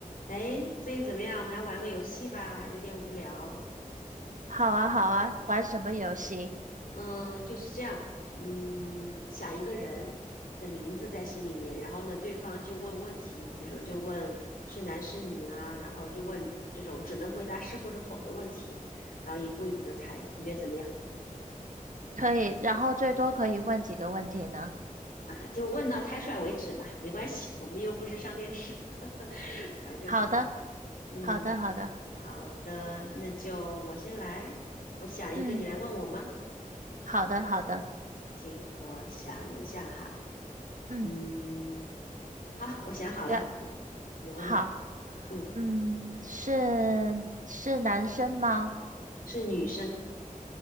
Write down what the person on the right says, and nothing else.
好啊，好啊，玩什么游戏？
可以，然后最多可以问几个问题呢？
好的，
好的，好的，
嗯，
好的，好的，
嗯，
不要，
好，
嗯，是是男生吗？